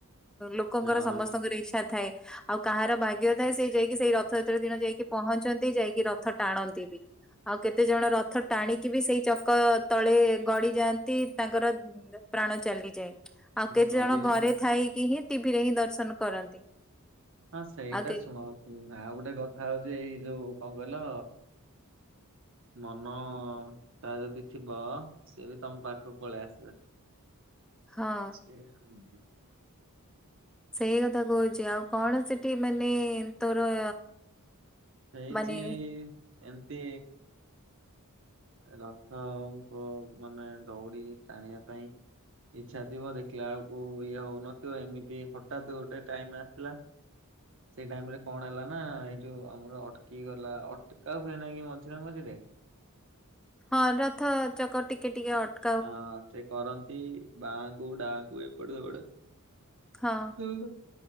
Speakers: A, in the centre; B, on the right (about 60°).
A: ଲୋକଙ୍କର
B: ଆଉ
A: ସମସ୍ତଙ୍କର ଇଛା ଥାଏ। ଆଉ କାହାର ଭାଗ୍ୟ ଥାଏ, ସେ ଯାଇକି ସେଇ ରଥଯାତ୍ରା ଦିନ ଯାଇକି ପହଞ୍ଚନ୍ତି, ଯାଇକି ରଥ ଟାଣନ୍ତି ବି। ଆଉ କେତେ ଜଣ ରଥ ଟାଣିକି ବି ସେଇ ଚକ ତଳେ ଗଡି ଯାଆନ୍ତି। ତାଙ୍କର ପ୍ରାଣ ଚାଲିଯାଏ। ଆଉ କେତେ
B: ଗଡି
A: ଜଣ ଘରେ ଥାଇକି ହିଁ ଟିଭିରେ ହିଁ ଦର୍ଶନ କରନ୍ତି।
B: ହଁ, ସେଇଟା
A: ଆଉ କେ
B: ଶୁଣ? ଆଉ ଗୋଟେ କଥା ହଉଛି ଏଇ ଯୋଉ କଣ କହିଲ ମନଟା ଯଦି ଥିବ, ସିଏବି ତମ ପାଖକୁ ପଳେଇ ଆସିବେ।
A: ହଁ।
B: ସେ ଆ <unintelligible>
A: ସେଇ କଥା କହୁଛି। ଆଉ କଣ ସେଠି ମାନେ ତୋର
B: ହେଇଛି,
A: ମାନେ
B: ଏମିତି ରଥଙ୍କୁ ମାନେ ଦୌଡି ଟାଣିବା ପାଇଁ ଇଚ୍ଛା ଥିବ ଦେଖିଲା ବେଳକୁ ଇଏ ହଉନଥିବ। ଏମିତି ହଠାତ୍ ଗୋଟେ ଟାଇମ୍ ଆସିଥିଲା। ସେଇ ଟାଇମ୍ ରେ କଣ ହେଲା ନା? ଏଇ ଯୋଉ ଆମର ଅଟକି ଗଲା ଅଟକା ହୁଏ ନାଇକି ମଝିରେ ମଝିରେ।
A: ହଁ ରଥ ଚକ ଟିକିଏ ଟିକିଏ ଅଟ
B: ହଁ ସେ କରନ୍ତି ବହୁଡାକୁ୍ ଏପଟେ ସେପଟେ।
A: ହଁ।
B: ହୁଁ ହୁଁ।